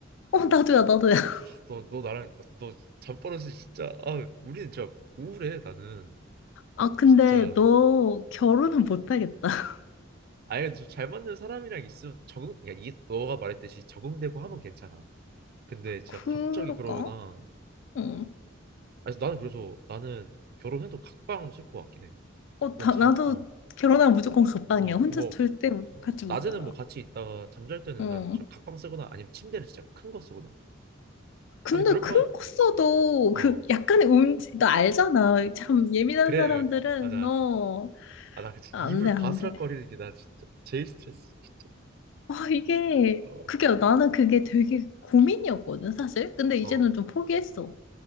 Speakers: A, on the left; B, on the right.
A: 어 나도야 나도야. <laughs>
B: 너, 너 나랑 너 잠버릇이 진짜 아 우리는 진짜 우울해 나는
A: 아 근데
B: 진짜
A: 너 결혼은 못하겠다. <laughs>
B: 아니 좀잘 맞는 사람이랑 있으면 적응 그러니까 이게 너가 말했듯이 적응되고 하면 괜찮아 근데 진짜
A: 그럴까?
B: 갑자기 그러거나 아,
A: 응.
B: 그래서 나는 그래서 나는 결혼해도 각방 쓸 것 같긴 해
A: 어
B: 난잠어어뭐
A: 다, 나도 결혼하면 무조건 각방이야.
B: 어,
A: 혼자
B: 어, 뭐,
A: 절대
B: 어,
A: 같이 못
B: 낮에는
A: 살아.
B: 뭐 같이 있다가 잠잘 때는
A: 응.
B: 난 진짜 각방 쓰거나 아니면 침대를 진짜 큰 거 쓰거나
A: 근데
B: 아니 그럴
A: 큰
B: 바에
A: 거 써도
B: 어아아
A: 그 약간의 움직, 나 알잖아. 참 예민한
B: 그래
A: 사람들은
B: 어, 맞아
A: 너
B: 아나 그치
A: 안
B: 입을
A: 돼, 안
B: 바스락거리는
A: 돼.
B: 게 나 진짜 제일 스트레스 진짜
A: 아, 이게,
B: 어
A: 그게, 나는 그게 되게 고민이었거든, 사실. 근데 이제는
B: 어.
A: 좀 포기했어.